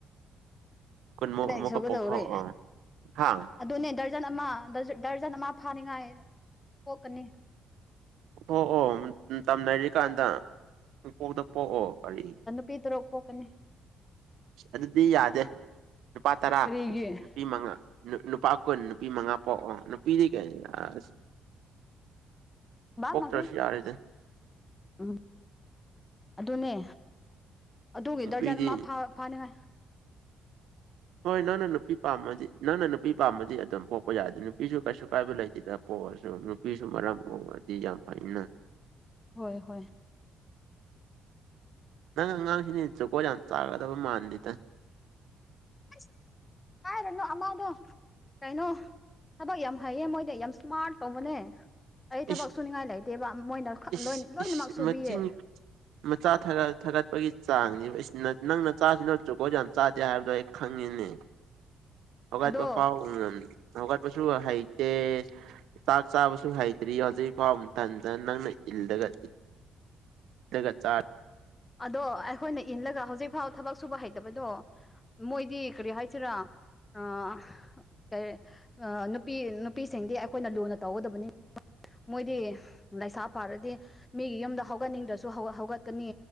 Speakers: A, on the right; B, on the left.
A: ꯀꯨꯟꯃꯨ
B: ꯇꯔꯦꯠ
A: ꯑꯃꯨꯛꯀ
B: ꯁꯨꯒꯗꯧꯔꯦ
A: ꯄꯣꯛꯊꯣꯛꯑꯣ ꯍꯥ
B: ꯑꯗꯨꯅꯦ ꯗꯔꯖꯟ ꯑꯃ ꯗꯔꯖꯟ ꯗꯔꯖꯟ ꯑꯃ ꯐꯥꯅꯤꯉꯥꯏ ꯄꯣꯛꯀꯅꯤ꯫
A: ꯄꯣꯛꯑꯣ ꯇꯝꯅꯔꯤꯀꯥꯟꯗ ꯄꯨꯡꯄꯣꯛꯇ ꯄꯣꯛꯑꯣ ꯀꯔꯤ
B: ꯄꯤ ꯇꯔꯨꯛ ꯄꯣꯛꯀꯅꯤ꯫
A: ꯢꯁ ꯑꯗꯨꯗꯤ ꯌꯥꯗꯦ ꯅꯨꯄꯥ ꯇꯔꯥ
B: ꯀꯔꯤꯒꯤ
A: ꯅꯨꯄꯤ ꯃꯉꯥ ꯅꯨꯄꯥ ꯀꯨꯟ ꯅꯨꯄꯤ ꯃꯉꯥ ꯄꯣꯛꯑꯣ ꯅꯨꯄꯤꯗꯤ ꯀꯩ ꯑꯁ
B: ꯕꯥꯃꯒꯦ
A: ꯄꯣꯛꯇ꯭ꯔꯁꯨ ꯌꯥꯔꯦꯗ꯫
B: ꯎꯝ ꯑꯗꯨꯅꯦ ꯑꯗꯨꯒꯤ
A: ꯅꯨꯄꯤꯗꯤ
B: ꯗꯔꯖꯟ ꯑꯃ ꯐꯥ ꯐꯥꯅꯤꯉꯥꯏ‌꯫
A: ꯍꯣꯏ ꯅꯪꯅ ꯅꯨꯄꯤ ꯄꯥꯝꯃꯗꯤ ꯅꯪꯅ ꯅꯨꯄꯤ ꯄꯥꯝꯃꯗꯤ ꯑꯗꯨꯝ ꯄꯣꯛꯄ ꯌꯥꯏꯗ ꯅꯨꯄꯤꯁꯨ ꯀꯩꯁꯨ ꯀꯥꯏꯕ ꯂꯩꯇꯦꯗ ꯄꯣꯛꯑꯁꯨ꯫ ꯄꯤꯁꯨ ꯃꯔꯝ ꯃꯣꯛꯑꯗꯤ ꯌꯥꯝ ꯐꯩꯅ꯫
B: ꯍꯣꯏ ꯍꯣꯏ
A: ꯅꯪ ꯑꯉꯥꯡꯁꯤꯅꯤ ꯖꯨꯀꯣꯠ ꯌꯥꯝ ꯆꯥꯒꯗꯕ ꯃꯥꯟꯗꯦꯗ꯫
B: ꯑꯁ ꯀꯥꯏꯗꯅꯣ ꯑꯃꯥꯗꯣ ꯀꯩꯅꯣ ꯊꯕꯛ ꯌꯥꯝ ꯍꯩꯌꯦ ꯃꯣꯏꯗꯤ ꯌꯥꯝ ꯏꯁꯃꯥꯔꯠ ꯇꯧꯕꯅꯦ꯫ ꯑꯩ ꯊꯕꯛ
A: ꯏꯁ
B: ꯁꯨꯅꯤꯡꯉꯥꯏ ꯂꯩꯇꯦꯕ ꯃꯣꯏꯅ ꯈꯠ
A: ꯏꯁ
B: ꯂꯣꯏꯅ ꯂꯣꯏꯅꯃꯛ
A: ꯏꯁ
B: ꯁꯨꯕꯤꯌꯦ꯫
A: ꯃꯆꯤꯟ ꯃꯆꯥ ꯊꯥꯒꯠ ꯊꯥꯒꯠꯄꯒꯤ ꯆꯥꯡꯅꯦꯕ ꯑꯁ ꯅꯪ ꯅꯪ ꯆꯥꯁꯤꯅ ꯖꯨꯒꯣꯠ ꯌꯥꯝ ꯆꯥꯗꯦ ꯍꯥꯏꯕꯗꯣ ꯈꯪꯉꯤꯅꯦ꯫ ꯍꯧꯒꯠꯄ
B: ꯑꯗꯣ
A: ꯐꯥꯎ ꯉꯝ ꯍꯧꯒꯠꯄꯁꯨ ꯍꯩꯇꯦ꯫ ꯆꯥꯛ ꯆꯥꯕꯁꯨ ꯍꯩꯇ꯭ꯔꯤ ꯍꯧꯖꯤꯛꯐꯥꯎ ꯃꯊꯟꯗ ꯅꯪꯅ ꯏꯜꯂꯒ ꯑꯗꯨꯒ ꯆꯥꯛ
B: ꯑꯗꯣ ꯑꯩꯈꯣꯏꯅ ꯏꯜꯂꯒ ꯍꯧꯖꯤꯛ ꯐꯥꯎ ꯊꯕꯛ ꯁꯨꯕ ꯍꯩꯇꯕꯗꯣ ꯃꯣꯏꯗꯤ ꯀꯔꯤ ꯍꯥꯏꯁꯤꯔꯥ ꯑꯥ ꯀꯩ ꯑꯥ ꯅꯨꯄꯤ ꯅꯨꯄꯤꯁꯤꯡꯗꯤ ꯑꯩꯈꯣꯏꯅ ꯂꯨꯅ ꯇꯧꯒꯗꯕꯅꯤ꯫ ꯃꯣꯏꯗꯤ ꯂꯩꯁꯥ ꯐꯥꯔꯗꯤ ꯃꯤꯒꯤ ꯌꯨꯝꯗ ꯍꯧꯒꯠꯅꯤꯡꯗ꯭ꯔꯁꯨ ꯍꯧꯒꯠꯀꯅꯤ꯫